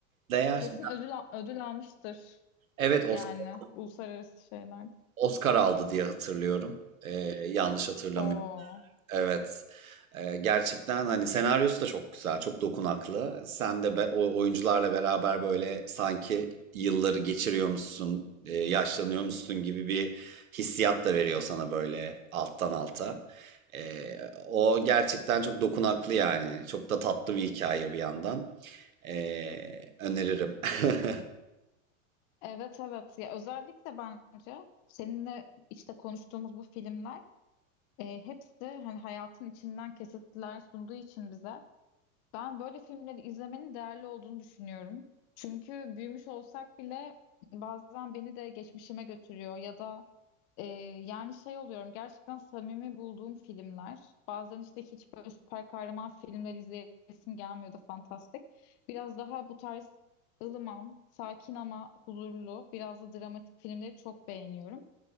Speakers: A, on the right; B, on the left.
A: Değer.
B: Kesin ödül, al- ödül almıştır.
A: Evet Oscar,
B: Yani uluslararası şeyler.
A: Oscar aldı diye hatırlıyorum. Ee, yanlış hatırlamıyorum.
B: Oo.
A: Evet. Ee, gerçekten hani senaryosu da çok güzel, çok dokunaklı. Sen de be- o oyuncularla beraber böyle sanki yılları geçiriyormuşsun, e, yaşlanıyormuşsun gibi bir hissiyat da veriyor sana böyle alttan alta. Ee, o gerçekten çok dokunaklı yani. Çok da tatlı bir hikaye bir yandan. Ee, öneririm. <laughs>
B: Evet evet. Ya özellikle bence seninle işte konuştuğumuz bu filmler e, hepsi hani hayatın içinden kesitler sunduğu için bize Ben böyle filmleri izlemenin değerli olduğunu düşünüyorum. Çünkü büyümüş olsak bile bazen beni de geçmişime götürüyor ya da e, yani şey oluyorum gerçekten samimi bulduğum filmler. Bazen işte hiç böyle süper kahraman filmleri izleyesim gelmiyor da fantastik. Biraz daha bu tarz ılıman, sakin ama huzurlu, biraz da dramatik filmleri çok beğeniyorum.